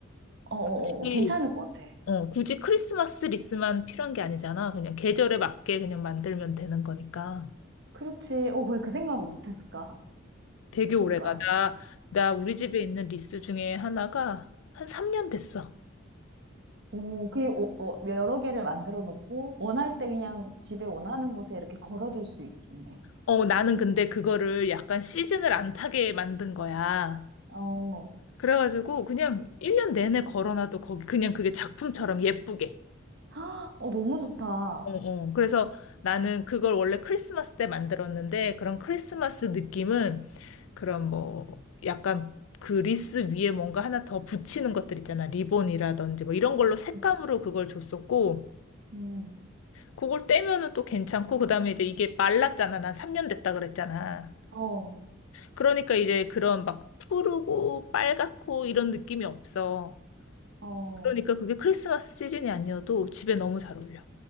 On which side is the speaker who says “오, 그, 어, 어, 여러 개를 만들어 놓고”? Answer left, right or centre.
Right